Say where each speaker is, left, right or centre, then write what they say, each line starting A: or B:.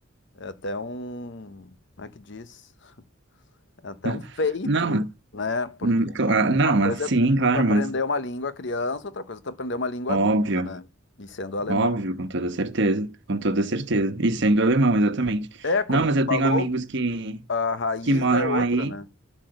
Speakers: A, on the left; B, on the right.
A: é até um, como é que diz? É até
B: <laughs>
A: um feito,
B: Não,
A: né, Porque
B: hum, cla- não,
A: uma coisa
B: assim,
A: é tu
B: claro,
A: aprender
B: mas
A: uma língua criança, outra coisa é tu aprender uma língua
B: óbvio,
A: adulta, né? E sendo alemão.
B: óbvio, com toda certeza, com toda certeza. E sendo alemão, exatamente.
A: É, como
B: Não, mas
A: tu
B: eu
A: falou,
B: tenho amigos que,
A: a raiz
B: que moram
A: é outra,
B: aí,
A: né?